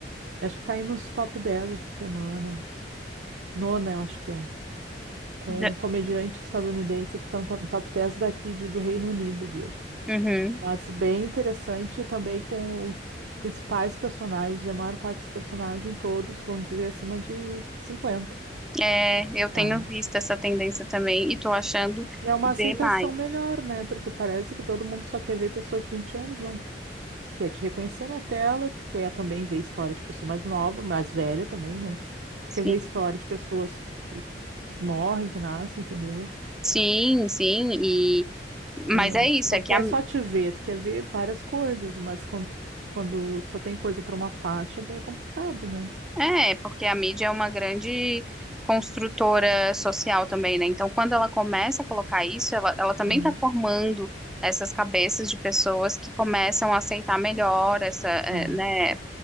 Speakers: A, on the right (about 80°); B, in the centre.
A: eu acho que tá aí nos top 10 essa semana. Nona, eu acho que é com
B: Da-
A: um comediante estadunidense que está no to- top 10 daqui de- do Reino Unido, viu?
B: Uhum.
A: Mas bem interessante também com o- os principais personagens, e a maior parte dos personagens, todos, vamos dizer, acima de 50.
B: É, eu tenho
A: Tá.
B: visto essa tendência também e tô achando
A: E é uma
B: Demais.
A: aceitação melhor, né? Porque parece que todo mundo só quer ver pessoa de 20 anos, não. Tu quer te reconhecer na tela, tu quer também ver história de pessoa mais nova, mais velha também, né?
B: Sim.
A: Tu quer ver história de pessoas que morrem, que nascem, entendeu?
B: Sim, sim, e mas
A: Ah,
B: é isso,
A: tu não
B: é que
A: quer
B: a
A: só te ver, tu quer ver várias coisas, mas quando, quando só tem coisa para uma faixa, daí é complicado, né?
B: É, porque a mídia é uma grande construtora social também, né? Então, quando ela começa a colocar isso, ela, ela também
A: É,
B: está formando essas cabeças de pessoas que começam a aceitar melhor essa, eh,
A: é,
B: né?